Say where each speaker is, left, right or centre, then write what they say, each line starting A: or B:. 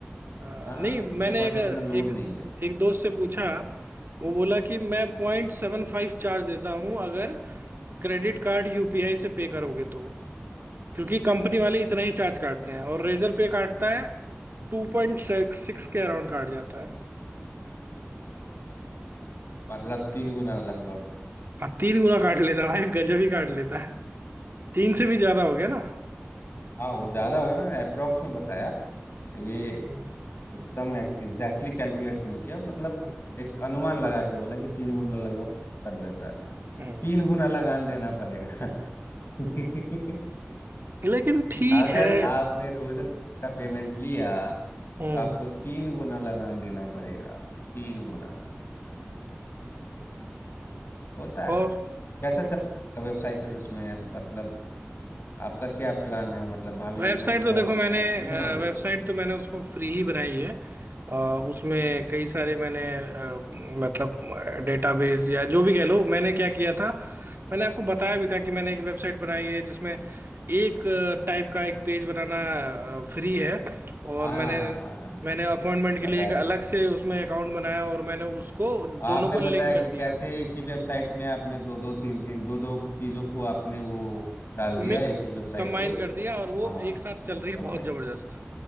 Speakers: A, on the right; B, on the left.
A: अ,
B: हाँ
A: नहीं
B: उनके
A: मैंने
B: पास
A: एक
B: इतना लोड
A: एक
B: नहीं है
A: एक दोस्त से पूछा वो बोला कि मैं पॉइंट सेवन फाइव चार्ज देता हूँ अगर credit card यूपीआई से पे करोगे तो क्योंकि कंपनी वाले इतना ही
B: अच्छा
A: चार्ज काटते हैं और रेजर पे काटता है टू पॉइंट सिक्स के अराउंड काट जाता है
B: मतलब तीन गुना लगभग
A: हाँ तीन गुना काट लेता है भाई गजब ही काट लेता है तीन से भी ज्यादा हो गया ना
B: हाँ वो ज्यादा हो गया मैंने अप्रोक्स में बताया ये
A: हम्म,
B: एकदम एग्जैक्टली कैलकुलेट नहीं किया मतलब
A: हम्म,
B: एक अनुमान लगा के बोला कि तीन गुना लगभग कर देता है
A: हम्म।
B: तीन गुना लगान देना पड़ेगा <laughs> कि
A: लेकिन ठीक
B: अगर
A: है
B: आपने रोज का पेमेंट लिया
A: हम्म
B: तो आपको तीन गुना लगान देना पड़ेगा तीन गुना होता है
A: और
B: कैसा चल रहा है वेबसाइट फिर उसमें मतलब आपका क्या प्लान है मतलब भाभी
A: वेबसाइट
B: जी को क्या
A: तो देखो
B: उसमें
A: मैंने
B: एडमिन
A: अ,
B: बनाओगे
A: वेबसाइट तो मैंने उसको फ्री ही बनाई है अ, उसमें
B: ठीक।
A: कई सारे मैंने अ, मतलब डेटाबेस या जो भी कह लो मैंने क्या किया था मैंने आपको बताया भी था कि मैंने एक वेबसाइट बनाई है जिसमें एक टाइप का एक पेज बनाना फ्री है और
B: हाँ हाँ
A: मैंने
B: हाँ हाँ हाँ हाँ,
A: मैंने अपॉइंटमेंट के
B: बताया
A: लिए एक अलग
B: था
A: से उसमें अकाउंट बनाया और मैंने उसको
B: आपने
A: दोनों को
B: बताया
A: लिंक कर
B: कि
A: दिया
B: कैसे एक ही वेबसाइट में आपने दो दो तीन तीन दो दो चीजों को आपने वो डाल दिया
A: मिक्स
B: एक ही वेबसाइट
A: कंबाइन
B: पे
A: कर दिया और वो
B: हाँ
A: एक साथ चल रही है
B: कंबाइन
A: बहुत जबरदस्त
B: की।